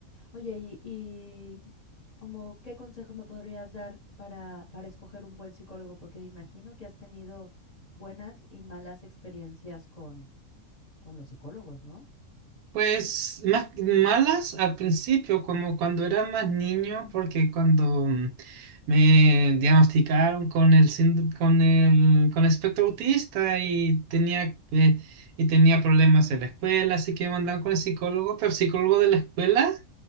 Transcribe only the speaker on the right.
Pues más malas al principio, como cuando era más niño, porque cuando mm, me diagnosticaron con el sínd- con el con espectro autista y tenía eh, y tenía problemas en la escuela, así que me mandaron con el psicólogo, pero el psicólogo de la escuela